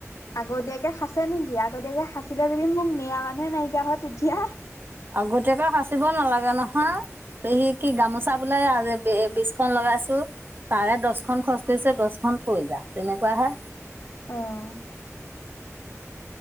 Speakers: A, on the left; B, on the right.
A: আগতীয়াকে সাঁচছে নেকি আগতীয়াকে সাঁচিলে যদি মোক মেয়া মানুহে নাইকিয়া হয় তেতিয়া।
B: আগতীয়াকে সাচিব নালাগে নহয়, পেহী কি
A: উম।
B: গামোচা বোলে বে বেছ খন লগাইছো তাৰে দচখন খৰচ কৰিছে দছখন থৈ যা তেনেকুৱ হে।
A: উম।